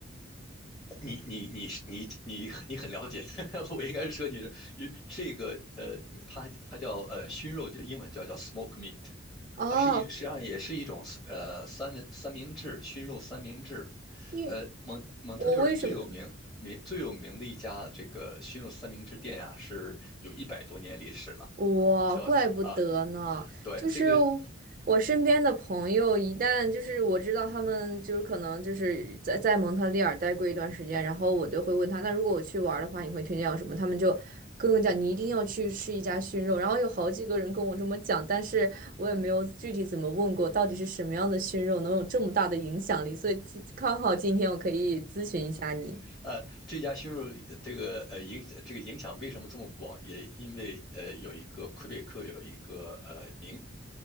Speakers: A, on the left (about 20°); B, on the right (about 45°).
A: 你你你你你你很了解，<laughs> 我应该说你是，因为这个呃，它它叫呃熏肉，就英文叫叫 smoke meat，
B: 哦，
A: 它是一实际上也是一种呃三文三明治熏肉三明治，
B: 因为
A: 呃蒙蒙特利尔最有名名最有名的一家这个熏肉三明治店啊，
B: 我为什么？
A: 是有一百多年历史了，
B: 哇，
A: 叫啊
B: 怪不得呢！
A: 对这个
B: 就是我我身边的朋友，一旦就是我知道他们就是可能就是在在蒙特利尔待过一段时间，然后我就会问他，那如果我去玩儿的话，你会推荐我什么？他们就跟我讲，你一定要去吃一家熏肉。然后有好几个人跟我这么讲，但是我也没有具体怎么问过，到底是什么样的熏肉能有这么大的影响力？所以今刚好今天我可以咨询一下你。
A: 呃这家熏肉呃这个呃影这个影响为什么这么广，也因为呃有一个魁北克有一个呃名